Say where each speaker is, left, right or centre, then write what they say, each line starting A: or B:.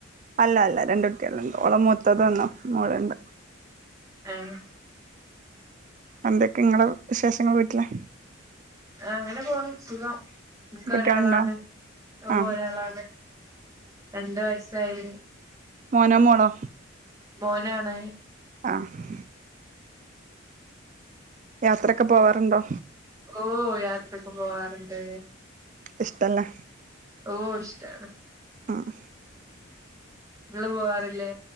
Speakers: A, on the right; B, on the right.
A: അല്ല അല്ല രണ്ടുട്ടിള്ണ്ട് ഓളമൂത്തതൊന്നു മോള്ണ്ട്
B: ആഹ്
A: എന്തൊക്കെ ഇങ്ങളെ വിശേഷങ്ങൾ വീട്ടിലെ
B: ആ അങ്ങനെ പോണ് സുഖം ഇൻകൊരാളാണ്
A: കുട്ടികളുണ്ടോ ആ
B: ഒരാളാണ് രണ്ട് വയസായി
A: മോനമോളോ
B: മോനാണ്
A: ആഹ് യാത്രക്കെ പോവാറ്ണ്ടോ
B: ഓഹ് യാത്രക്ക് പോവാറ്ണ്ട്
A: ഇഷ്ടല്ലെ
B: ഓഹ് ഇഷ്ടാണ്
A: ഉ ഉം
B: ഇങ്ങള് പോവാറില്ലേ